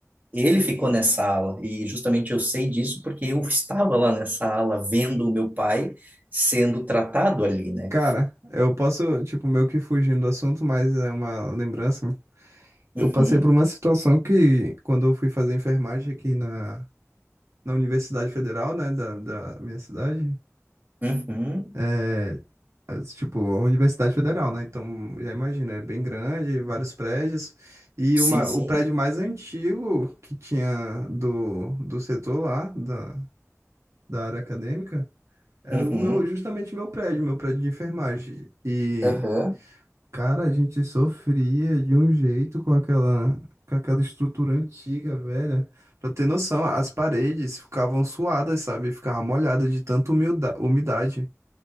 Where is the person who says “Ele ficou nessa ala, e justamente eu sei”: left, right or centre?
Right